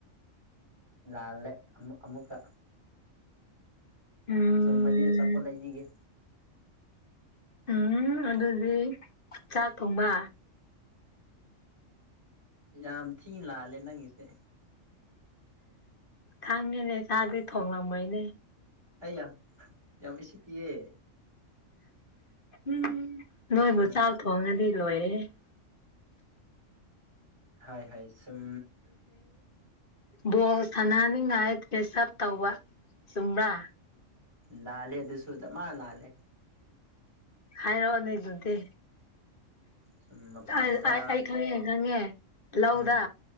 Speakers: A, on the right; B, on the left.
A: ꯂꯥꯜꯂꯦ ꯑꯃꯨꯛ ꯑꯃꯨꯛꯀ
B: ꯎꯝ
A: ꯆꯨꯝꯃꯗꯤ ꯑꯆꯥꯄꯣꯠ ꯂꯩꯕꯤꯒꯦ
B: ꯎꯝ ꯑꯗꯨꯗꯤ ꯆꯥꯛ ꯊꯣꯡꯕ
A: ꯌꯥꯝ ꯊꯤꯅ ꯂꯥꯜꯂꯦ ꯅꯪꯒꯤꯁꯦ
B: ꯈꯪꯉꯦꯅꯦ ꯆꯥꯗꯤ ꯊꯣꯡꯂꯝꯃꯣꯏꯅꯦ
A: ꯑꯌꯥ ꯌꯥꯝ ꯎꯁꯤꯠꯇꯤꯌꯦ
B: ꯎꯝ ꯅꯣꯏꯕꯨ
A: ꯁꯨꯝ
B: ꯆꯥꯛ ꯊꯣꯡꯉꯗꯤ ꯂꯣꯏꯔꯦꯍꯦ <inaudible>
A: ꯍꯥꯏ ꯍꯥꯏ ꯁꯨꯝ
B: ꯕꯣꯜ ꯁꯥꯟꯅꯅꯤꯡꯉꯥꯏ ꯗ꯭ꯔꯦꯁꯞ ꯇꯧꯕ ꯆꯨꯝꯕ꯭ꯔꯥ
A: ꯂꯂꯦ ꯑꯗꯨꯁꯨꯗ ꯃꯥ ꯂꯦ
B: ꯍꯥꯏꯔꯛꯑꯣꯅꯦ ꯑꯗꯨꯗꯤ
A: ꯁꯨꯝ ꯃꯄꯥꯟꯗ
B: ꯑꯩ ꯈꯪꯉꯦ ꯑꯩ ꯈꯪꯉꯦ ꯂꯧꯗ
A: ꯎꯝ